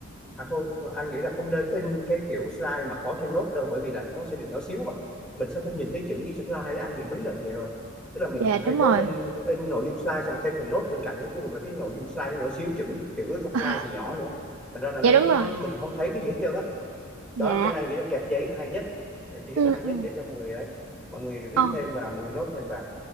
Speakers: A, in the centre; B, on the right.
A: À thôi, anh nghĩ là không nên in cái kiểu slide mà có thêm nốt đâu bởi vì là nó sẽ bị nhỏ xíu à. Mình sẽ phải nhìn thấy chữ gì trong slide á, anh bị mấy lần vậy rồi. Tức là mình
B: dạ
A: hay
B: đúng
A: có
B: rồi
A: in in nội dung slide xong thêm phần nốt bên cạnh cuối cùng là cái nội dung slide nó nhỏ xíu chữ chữ ở trong
B: <laughs>
A: slide thì nhỏ nữa. Thành ra là
B: dạ
A: nó,
B: đúng
A: nó
B: rồi
A: mình không thấy cái gì hết trơn á.
B: Dạ.
A: Đó, cho nên anh nghĩ là kẹp giấy là hay nhất. Kẹp giấy
B: ừ
A: là hay
B: ừ
A: nhất để cho mọi người ấy, mọi người viết
B: Ờ,
A: thêm vào, mọi người nốt thêm vào.